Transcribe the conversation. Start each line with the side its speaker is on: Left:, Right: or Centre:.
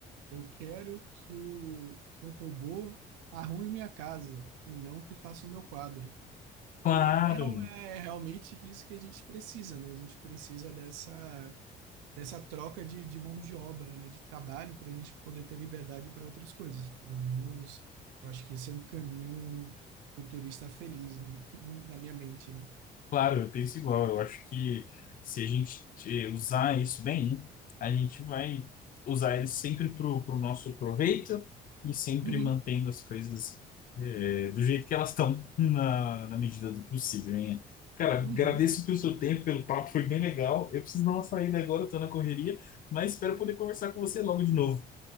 Right: Eu quero que o, que o robô arrume minha casa e não que faça o meu quadro.
Left: Claro.
Right: Que é, real- é realmente isso que a gente precisa, né? A gente precisa dessa, dessa troca de, de mão de obra, né? De trabalho para a gente poder ter liberdade para outras coisas. Pelo menos eu acho que esse é um caminho futurista feliz no- no- na minha mente, né?
Left: Claro, eu penso igual. Eu acho que se a gente eh, usar isso bem, a gente vai usar ele sempre para o nosso proveito e sempre
Right: Uhum,
Left: mantendo as coisas eh, do jeito que elas estão, na, na medida do possível, hein? Cara, agradeço
Right: uhum.
Left: pelo seu tempo, pelo papo, foi bem legal. Eu preciso dar uma saída agora, estou na correria, mas espero poder conversar com você logo de novo.